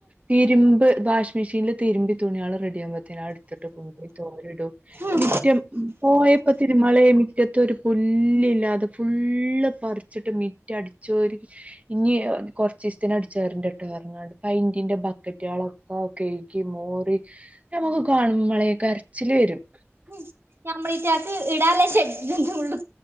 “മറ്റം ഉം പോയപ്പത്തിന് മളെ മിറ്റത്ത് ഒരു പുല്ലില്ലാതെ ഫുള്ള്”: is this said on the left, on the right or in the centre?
Right